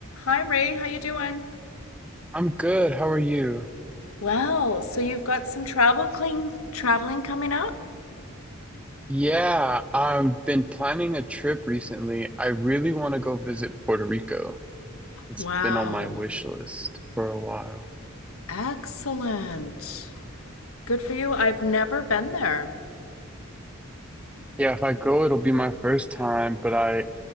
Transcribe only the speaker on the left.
Hi Ray, how you doing?
Well, so you've got some travel cling traveling coming up?
Wow.
Excellent. Good for you. I've never been there.